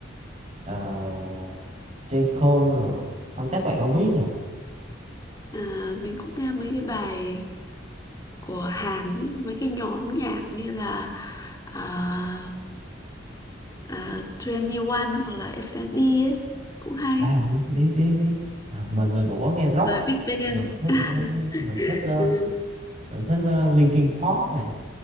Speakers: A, on the right; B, on the left.
A: uh, J. Cole rồi không chắc bạn không biết nè
B: ờ, mình cũng nghe mấy cái bài của Hàn ấy, mấy cái nhóm nhạc như là uh, uh, 21 hoặc là SNSD ấy, cũng hay.
A: à đúng, biết biết biết à, mình mình cũng có nghe rock
B: rồi Big Bang
A: mình thích
B: <laughs>
A: ờ, mình thích ờ,
B: ừ,
A: mình thích ờ, Linkin Park này